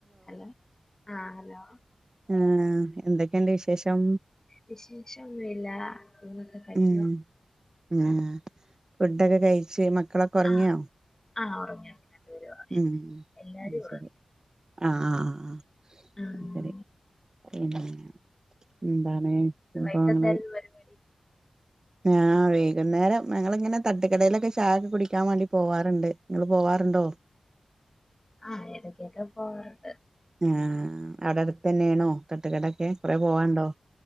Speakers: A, on the left; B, on the right.
A: Hello ആഹ് hello
B: ഏഹ് എന്തൊക്കെണ്ട് വിശേഷം
A: വിശേഷം ഒന്നുമില്ല ഇന്നൊക്കെ കഴിഞ്ഞു
B: ഉം ഉം ഫുഡൊക്കെ കഴിച്ച് മക്കളൊക്കെ ഒക്കെ ഒറങ്ങിയോ
A: ആഹ് ആഹ് ഉറങ്ങി ഉറങ്ങി രണ്ടുപേരും ഉറങ്ങി
B: ഉം
A: എല്ലാരും
B: അയ്
A: ഉറങ്ങി
B: ശരി ആഹ് ആഹ് ആഹ്
A: ആഹ്
B: അയ് ശരി പിന്നെ എന്താണ് വിഭവങ്ങള്
A: വൈകിട്ടെന്തായിരുന്നു പരിപാടി
B: ഞാൻ വൈകുന്നേരം ഞങ്ങളിങ്ങനെ തട്ടുകടയിലൊക്കെ ചായയൊക്കെ കുടിക്കാൻ വേണ്ടി പോവാറുണ്ട് നിങ്ങള് പോവാറുണ്ടോ
A: ആഹ് ഇടക്കൊക്കെ പോവാറുണ്ട്
B: ആഹ് അവിടെ അടുതെന്നെയാണോ തട്ടുകടൊക്കെ കൊറേ പോവാണ്ടോ